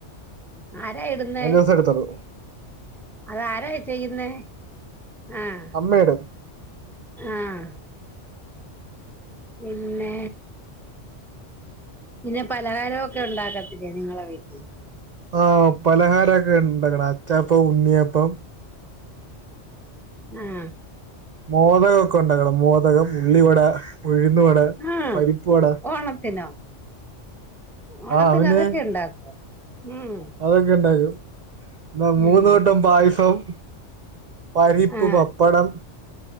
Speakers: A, in the centre; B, on the right.
A: ആരാ ഇടുന്നേ
B: നാല് ദിവസെഇടത്തോളൂ
A: അത് ആരാ ചെയ്യുന്നേ ആഹ്
B: അമ്മയിടും
A: ആഹ് പിന്നേ, പിന്നെ പലഹാരൊക്കേ ഉണ്ടാക്കത്തില്ല നിങ്ങളെ വീട്ടിൽ
B: ആഹ് പലഹാരൊക്കെ ഇണ്ടാക്കണം അച്ചാപ്പം ഉണ്ണിയപ്പം
A: ആഹ്
B: മോദകമൊക്കെ ഉണ്ടാക്കണം മോതകം, ഉള്ളിവട, ഉഴുന്നുവട
A: ആ
B: പരിപ്പുവട.
A: ഓണത്തിനോ ഓണത്തിന്
B: ആഹ് പിന്നെ
A: അതൊക്കെ ഉണ്ടാക്കോ ഉം
B: അതൊക്കെ ഉണ്ടാക്കും എന്നാ മൂന്നുകൂട്ടം
A: ഉം
B: പായസവും പരിപ്പ്,
A: ആ
B: പപ്പടം,